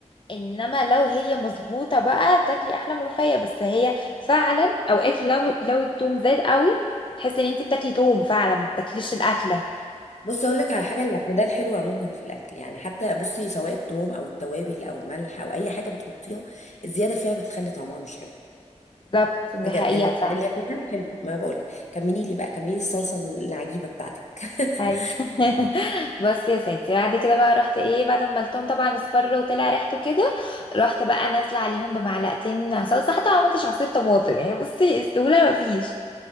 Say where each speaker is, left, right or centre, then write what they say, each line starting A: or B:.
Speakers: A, on the left (about 45°); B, on the left (about 70°).
A: انما لو هي مظبوطه بقى تاكلي احلى ملوخيه بس هي فعلا اوقات لو لو التوم زاد قوي تحس ان انت بتاكلي توم فعلا ما بتاكليش الاكله
B: بص اقول لك على حاجه الاعتدال حلو عموما في الاكل يعني حتى بصي سواء التوم او التوابل او الملح او اي حاجه بتحطيها الزياده فيها بتخلي طعمها مش حلو
A: بالظبط دي
B: بجد
A: حقيقه
B: ال-
A: فعلا
B: الاعتدال حلو ما بقول كملي لي بقى كملي الصلصه العجيبه بتاعتك <laughs>
A: اي <laughs> بص يا ستي بعد كده بقى رحت ايه بعد ما قلتهم طبعا اصفر وطلع ريحته كده رحت بقى نازله عليهم بمعلقتين صلصه حتى ما عملتش عصير طماطم يعني بصي استوله مفيش